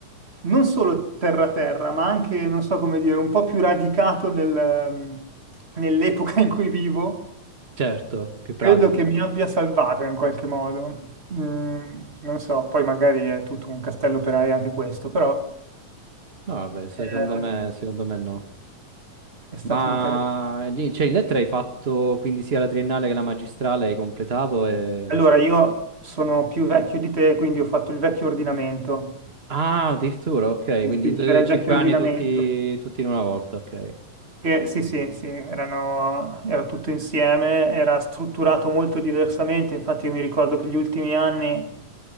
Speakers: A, on the right; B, on the right.
A: non solo terra-terra, ma anche, non so come dire, un po' più radicato nel, ehm, nell'epoca in cui vivo,
B: Certo, più pratico.
A: credo che mi abbia salvato in qualche modo. Mm, non so, poi magari è tutto un castello per aria anche questo, però
B: No, vabbè, secondo
A: eh,
B: me, secondo me no.
A: è stato
B: Ma
A: interessante.
B: lì- cioè, in lettera hai fatto quindi sia la triennale che la magistrale, hai completato e...
A: Allora, io sono più vecchio di te, quindi ho fatto il vecchio ordinamento.
B: Ah, addirittura, ok,
A: Sì,
B: quindi
A: sì,
B: eh,
A: c'era il
B: cinque
A: vecchio ordinamento.
B: anni tutti, tutti in una volta, ok.
A: Che, sì, sì, sì, erano, era tutto insieme, era strutturato molto diversamente. Infatti, io mi ricordo che gli ultimi anni